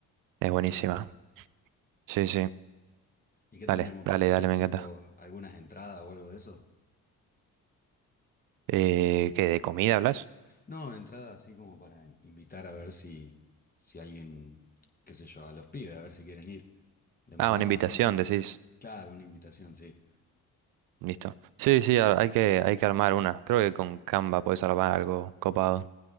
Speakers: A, on the right; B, on the left.
A: Es buenísima. Sí, sí.
B: ¿Y qué tendríamos
A: Dale, dale,
B: que hacer?
A: dale, me
B: ¿Tipo
A: encanta.
B: algunas entradas o algo de eso?
A: Eh, ¿qué, de comida hablas?
B: No, entradas así como para invitar a ver si, si alguien, qué sé yo, a los pibes, a ver si quieren ir. Le mandamos
A: Ah, una invitación,
B: así un,
A: decís.
B: claro, una invitación, sí.
A: Listo. Sí, sí, a- hay que, hay que armar una. Creo que con Canva puedes armar algo copado.